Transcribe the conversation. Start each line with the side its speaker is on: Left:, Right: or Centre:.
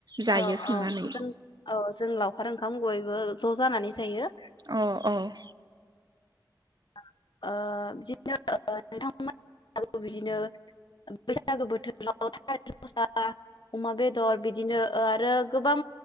Right: जायो
Left: औ
Right: संनानै
Left: औ जों औ जों लावखार ओंखाम बयबो ज' जानानै जायो
Right: औ औ
Left: <unintelligible> ओ ओ नोंथां मोनाबो बिदिनो बैसागो बोथोराव <unintelligible> अमा बेदर बिदिनो आरो गोबां